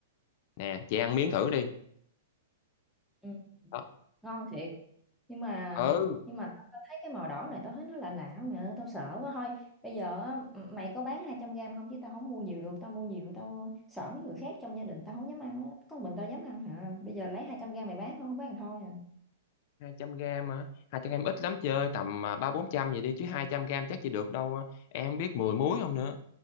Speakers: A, on the left; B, in the centre.
A: nè chị ăn miếng thử đi
B: ừ
A: Đó.
B: ngon thiệt nhưng mà
A: ừ
B: nhưng mà tao tao thấy cái màu đỏ này tao thấy nó lạ lạ mẹ ơi tao sợ quá thôi bây giờ á, m- mày có bán 200 gram không chứ tao không mua nhiều được tao mua nhiều tao sợ mấy người khác trong gia đình tao không dám ăn á. có mình tao dám ăn hả bây giờ lấy 200 gram mày bán không không bán thôi à
A: 200 gram mà 200 gram ít lắm chơi tầm à, ba bốn trăm vậy đi chứ 200 gram chắc chị được đâu à. em không biết 10 muối không nữa